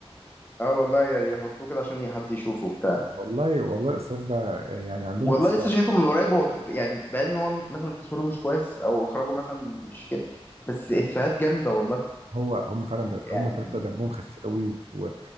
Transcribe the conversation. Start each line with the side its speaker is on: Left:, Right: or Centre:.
Left: اه والله يعني يحطوه كده عشان حد يشوفه بتاع
Right: <laughs> والله والله الاصرار ده يعني يعني عندهم
Left: والله
Right: اصرار
Left: لسه شايفه من قريب هو ف- يعني باين ان هو مثلا تصويره مش كويس او اخراجه مثلا مش كده، بس افيهات جامده والله
Right: هو هم فعلا ده
Left: يعني
Right: هم الثلاثه دمهم خفيف قوي و...